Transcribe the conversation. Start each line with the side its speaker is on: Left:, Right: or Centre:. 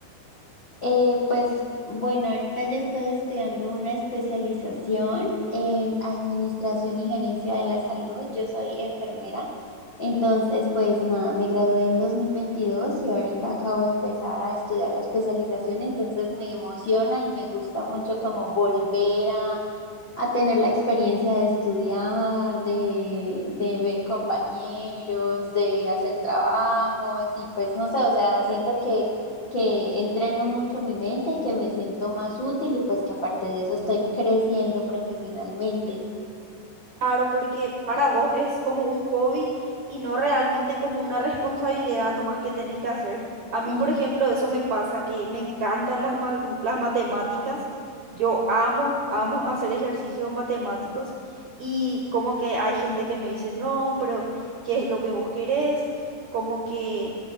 Left: Eh, pues bueno, ahorita yo estoy estudiando una especialización en administración y gerencia de la salud. Yo soy enfermera, entonces pues nada, me gradué en 2022 y ahorita acabo de empezar a estudiar la especialización, entonces me emociona y me gusta mucho como volver a a tener la experiencia de estudiar, de, de ver compañeros, de hacer trabajos y pues no sé, o sea, siento que, que entreno mucho mi mente y que me siento más útil y pues que aparte de eso estoy creciendo profesionalmente.
Right: Claro, porque para vos es como un hobby y no realmente como una responsabilidad nomás que tenés que hacer. A mí,
Left: Mm.
Right: por ejemplo, eso me pasa, que me encantan las, ma- las matemáticas. Yo amo, amo hacer ejercicios matemáticos y como que hay gente que me dice, no, pero ¿qué es lo que vos querés? Como que,